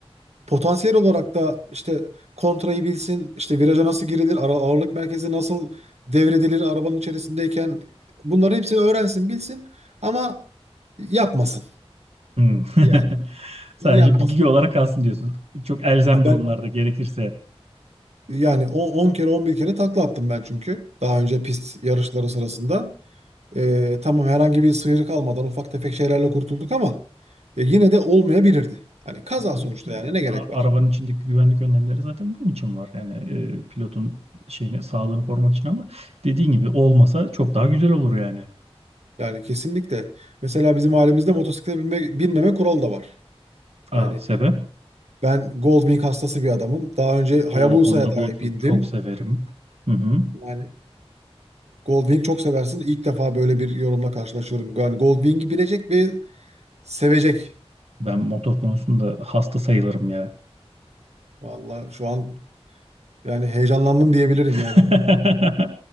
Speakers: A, on the right (about 90°); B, on the right (about 70°).
A: Potansiyel olarak da işte kontrayı bilsin, işte viraja nasıl girilir, ara ağırlık merkezi nasıl devredilir arabanın içerisindeyken bunların hepsini öğrensin, bilsin ama yapmasın.
B: Hı. <laughs>
A: Yani
B: Sadece
A: yapmasın.
B: bilgi olarak kalsın diyorsun. Çok elzem
A: Ha
B: durumlarda
A: ben
B: gerekirse.
A: yani 10 kere 11 kere takla attım ben çünkü daha önce pist yarışları sırasında. Ee, tamam herhangi bir sıyrık almadan ufak tefek şeylerle kurtulduk ama e, yine de olmayabilirdi. Hani kaza
B: E, tabii
A: sonuçta
B: ki canım.
A: yani ne gerek
B: A-
A: var?
B: arabanın içindeki güvenlik önlemleri zaten bunun için var. Yani e, pilotun şeyini sağlığını korumak için ama dediğin gibi olmasa çok daha güzel olur yani.
A: Yani kesinlikle. Mesela bizim ailemizde motosiklete binme, binmeme kuralı da var.
B: Aa,
A: Yani
B: sebep?
A: ben Goldwing hastası bir adamım. Daha önce Hayabusa'ya
B: O Honda Goldwing
A: da bindim.
B: çok severim. Hı hı.
A: Yani Goldwing çok seversin. İlk defa böyle bir yorumla karşılaşıyorum. Yani Goldwing'i bilecek ve sevecek.
B: Ben motor konusunda hasta sayılırım ya.
A: Valla şu an yani heyecanlandım diyebilirim
B: <laughs>
A: yani.